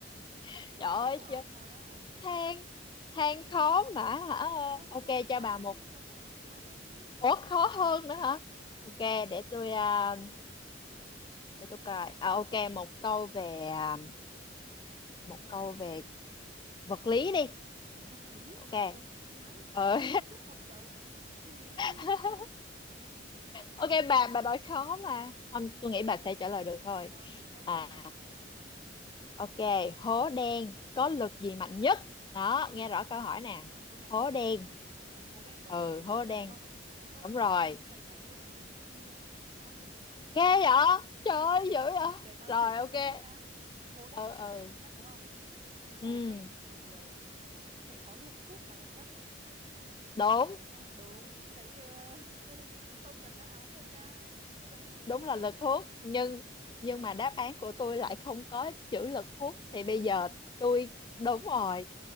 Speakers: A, on the left; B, on the right.
A: <laughs> trời
B: nói
A: ơi
B: rồi
A: chưa
B: mà
A: than than khó mà hả
B: thôi cho
A: ok
B: câu nào khó
A: cho bà
B: hơn
A: một
B: đi cho câu nào khó hơn đi
A: ủa khó hơn nữa hả ok để tôi à, để tôi coi à, ok một câu về à, một câu về vật lý đi
B: vật lý
A: ok
B: trời ơi trái
A: ờ.
B: hỏi cái nước không trời gì vậy?
A: <laughs>
B: vui gì vậy
A: ok bà bà nói khó mà không tôi nghĩ
B: Ờ,
A: bà sẽ trả lời được thôi
B: rồi ok
A: à
B: tới đi
A: ok hố đen có lực gì mạnh nhất đó nghe rõ câu hỏi nè
B: này câu này
A: hố
B: câu này
A: đen
B: câu này ừ, hồ đen có
A: ừ
B: lực gì
A: hố
B: mạnh nhất
A: đen
B: đúng không câu
A: đúng
B: này
A: rồi
B: tôi không cần bà đưa a ABC luôn tôi cũng nói được nữa
A: ghê vậy trời ơi dữ vậy
B: Để nói
A: rồi
B: thử coi
A: ok
B: đúng không nhá. Hố đen
A: ừ
B: có
A: ừ
B: gì mạnh nhất đúng không? Hố
A: ừ
B: đen thì ờ, sẽ có lực hút là mạnh nhất
A: đúng
B: vì nó sẽ có đúng đấy chưa? <laughs> Không cần đáp án luôn nha. Không cần A ABC
A: đúng là
B: luôn
A: lực
B: nha.
A: hút nhưng nhưng mà đáp án của tôi lại không có chữ lực hút thì
B: Ủa
A: bây
B: vậy
A: giờ
B: hả?
A: tôi đúng rồi